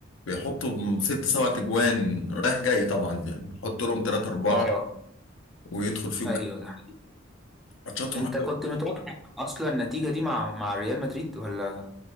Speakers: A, on the left; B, in the centre.
A: بيحطوا ست سبع تجوان رايح جاي طبعا يعني نحط لهم ثلاثة أربعة
B: اه
A: ويدخل فيهم
B: ايوه ده
A: ماتشاتهم
B: انت
A: حلوة
B: كنت متوقع اصلا النتيجة دي مع مع ريال مدريد ولا